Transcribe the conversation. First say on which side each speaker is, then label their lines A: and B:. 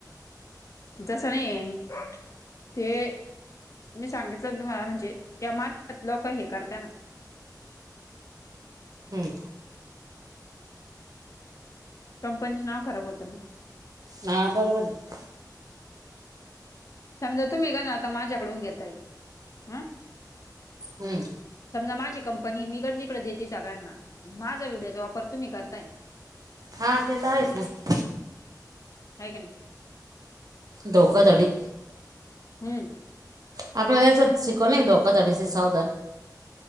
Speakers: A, on the left (about 45°); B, on the right (about 55°).
A: जस नाहीये, ते मी सांगितलं ना तुम्हाला, म्हणजे त्या मारतात लोक हे करताना.
B: हम्म.
A: कंपनीच नाव खराब होत ना?
B: हा बरोबर आहे.
A: समजा तुमी ग ना आता माझ्याकडून घेतय. हं
B: हम्म.
A: समजा माझी कंपनी आहे, मी इकडतिकड देते सगळ्यांना माझा व्हिडिओचा वापर तुम्ही करताय.
B: हा ते तर आहेच का.
A: हाय का नाही?
B: धोकाधडी
A: हम्म.
B: आपल्याला त्यासाठी शिकवलं नाही, धोकादडी से सावधान.